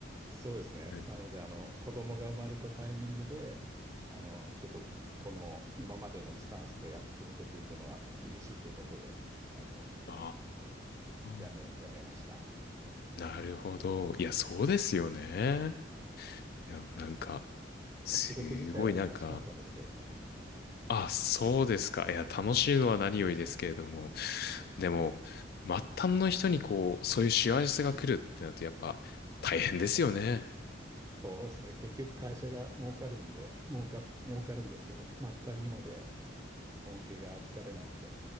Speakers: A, on the right; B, on the left.
A: そうですね。
B: うん
A: なので、あの、子供が生まれたタイミングで、あの、ちょっと、この、今までのスタンスでや、続けていくのは厳しいということで、あの、
B: あ
A: やめ、
B: ー、
A: やめました。
B: なるほど。いや、そうですよね。いや、もうなんか、すごいなんか、
A: 仕事自体は楽しかったんですけどね。
B: あ、そうですか。いや、楽しいのは何よりですけれども。でも、末端の人にこう、そういう幸せが来るってなると、やっぱ、大変ですよね。
A: そうですね。結局会社が儲かるんで、儲か、儲かるんですけど、末端にまで恩恵が預かれないんで、